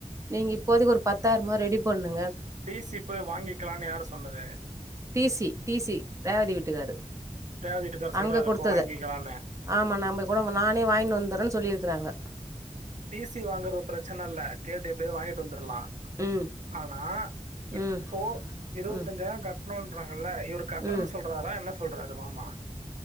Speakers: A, on the right; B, on the right.
A: நீங்க இப்போதைக் ஒரு பத் தாயிரமா ரெடி பண்ணு
B: டி சி ய போய் வாங்கிக்கலான் யாரு சொன்னது
A: D C D C Revathi வீட்டுக்காரு
B: ரேவதி வீட்டுக்கார்
A: அங்கக்குடுத்தத
B: சொல்றாரு இப்போ வாங்கிக்கலான்னு
A: ஆமா நம்மக்கூட நானே வாங்கினு வந்துறேன் சொல்லியிரு க்குறாங்க
B: டி சி வாங்குறது பிரச்சனல்ல கேட்டு எப்படியாது வாங்கிட்டு வந்துர்லா
A: ம்
B: ஆனா இப்போ
A: ம்
B: இருவத்தஞ்சாயிர
A: ம்
B: கட் னுன்றாங் கல்ல இவர் கட்றன்
A: ம்
B: சொல்றாரா என்ன சொல்றாரு மாமா